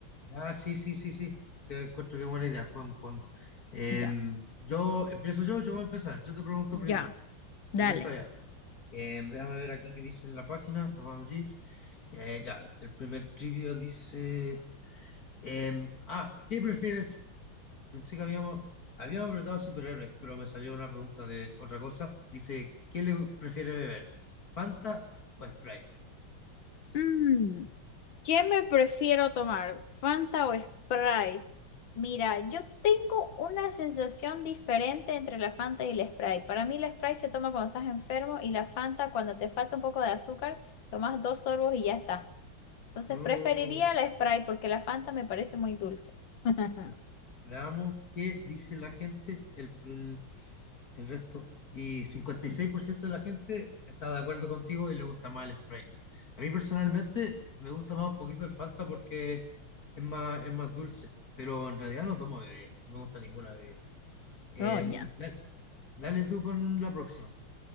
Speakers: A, on the left; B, on the left.
A: ya, sí, sí, sí, sí. Te encuentro qué buena idea. Juguemos, juguemos. Em,
B: Ya,
A: yo empiezo yo, yo voy a empezar. Yo te pregunto
B: ya,
A: primero.
B: dale.
A: Te digo ya. Em, déjame ver aquí qué dice en la página. La voy a abrir. Eh, ya, el primer trivio dice. em, ah, ¿qué prefieres? Pensé que habíamos, habíamos preguntado superhéroes, pero me salió una pregunta de otra cosa. Dice, ¿qué le prefiere beber? ¿Fanta o Sprite?
B: Mm, ¿qué me prefiero tomar? ¿Fanta o Sprite? Mira, yo tengo una sensación diferente entre la Fanta y el Sprite. Para mí la Sprite se toma cuando estás enfermo y la Fanta cuando te falta un poco de azúcar, tomas dos sorbos y ya está. Entonces
A: Oh.
B: preferiría la Sprite porque la Fanta me parece muy dulce. <laughs>
A: Ya. Veamos qué dice la gente, el, el- el resto. Y 56% de la gente está de acuerdo contigo y le gusta más el Sprite. A mí personalmente me gusta más un poquito el Fanta porque es más, es más dulce, pero en realidad no tomo bebida, no me gusta ninguna bebida. Em,
B: Oh, ya,
A: da- dale tú con la próxima.